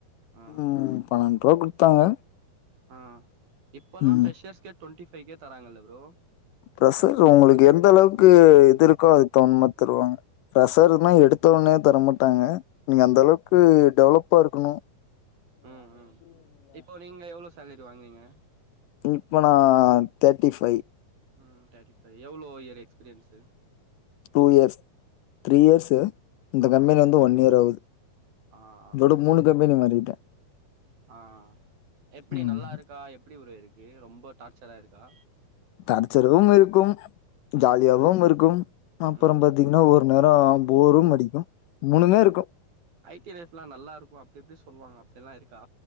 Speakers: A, on the right; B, on the left.
A: ஆ ஆ
B: ம் பண்ணண்டு ரூபா குடுத்தாங்க
A: ஆ இப்பல்லா
B: ம்.
A: ஃப்ரெஷர்ஸ்கே டுவெண்ட்டி ஃபைவ் கே தராங்கல்ல ப்ரோ
B: பிரசர் உங்களுக்கு எந்த அளவுக்கு இது இருக்கோ அது தகுந்த மாரி தருவாங்க ஃப்ரெஷர்னா எடுத்த உடனே தரமாட்டாங்க நீங்கள் அந்த அளவுக்கு டெவலப்பா இருக்கணு
A: ம் ம் இப்போ நீங்க எவ்ளோ சேலரி வாங்றீங்க
B: இப்ப நான் தேர்ட்டி ஃபைவ்
A: ம் தேர்ட்டி ஃபைவ் எவ்ளோ year experience
B: two years three இயர்ஸஸு இந்த கம்பெனி
A: ஆ
B: வந்து ஒன் இயர் ஆகுது
A: ஆ ஆ
B: இதோட மூணு கம்பெனி மாறிட்ட
A: ஆ எப்டி
B: ம்.
A: நல்லாருக்கா எப்டி ப்ரோ இருக்கு ரொம்ப டார்ச்சரா இருக்கா
B: டார்ச்சரும் இருக்கும்
A: ம்
B: ஜாலியாவும் இருக்கும் அப்பறம்
A: ம்
B: பாத்தீங்கன்னா ஒரு நேரம் போரும் அடிக்கும் மூணுமே இருக்கு
A: ஐ டி லைப்ல்லா நல்லாருக்கு அப்டி இப்டி சொல்வாங்க அப்டிலா இருக்கா